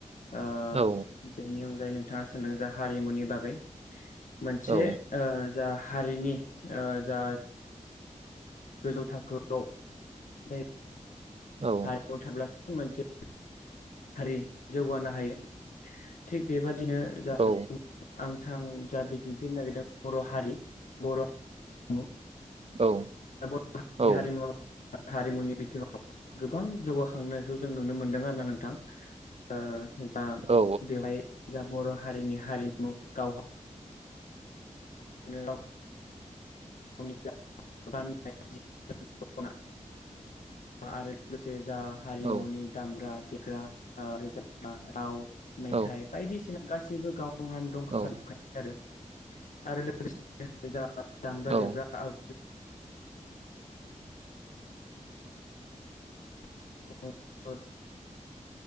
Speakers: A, on the left; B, on the right.
A: ओ
B: औ
A: बेनि अनगायैनो नोंथाङा सोंदों जा हारिमुनि बागै मोनसे
B: औ
A: ओ जा हारिनि ओ जा गोजौ थाखोआव जाय
B: औ
A: हारिमु थाब्ला मोनसे हारि जौगानो हायो थिग बेबादि बिदिनो
B: औ
A: <unintelligible> आं आं जा बिदिन्थि होनो नागिरदों बर' हारि बर'। हारिमु
B: औ
A: दा बर' हारिनि
B: औ
A: हारिमु हारिमुनि बिथिङाव गोबां जौगाखांनायखौ जों नुनो मोनदों आरोना नोंथां ओ जा
B: औ
A: बेवहाय जाब बर हारिनि हारिमु गाव <unintelligible> गावनि गाननाय जि दखना आरो लोगोसे जा हारिमुनि
B: औ
A: दामग्रा। लिरग्रा ओ रोजाबग्रा राव मेथाय
B: औ
A: बायदिसिना गासिबो गाव। गावनि दंखाजोबखायो
B: औ
A: आरो। आरो लोगोसे जा। देग्रा
B: औ
A: आग <unintelligible>